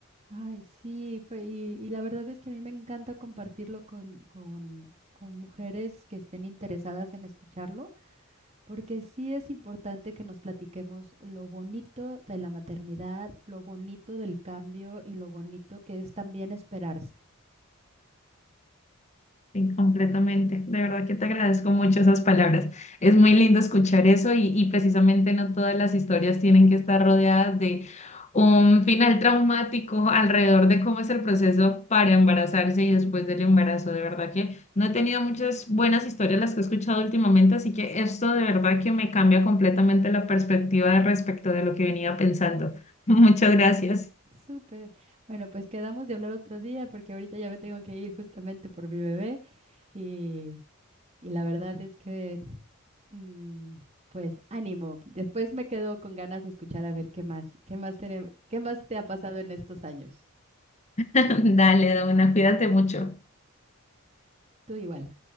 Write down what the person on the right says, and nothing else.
Ay, sí, fue, y, y la verdad es que a mí me encanta compartirlo con, con, con mujeres que estén interesadas en escucharlo, porque sí es importante que nos platiquemos lo bonito de la maternidad, lo bonito del cambio y lo bonito que es también esperarse.
Súper. Bueno, pues quedamos de hablar otro día porque ahorita ya me tengo que ir justamente por mi bebé y, y la verdad es que, mm, pues ánimo. Después me quedo con ganas de escuchar a ver qué más, qué más tiene- qué más te ha pasado en estos años.
Tú igual.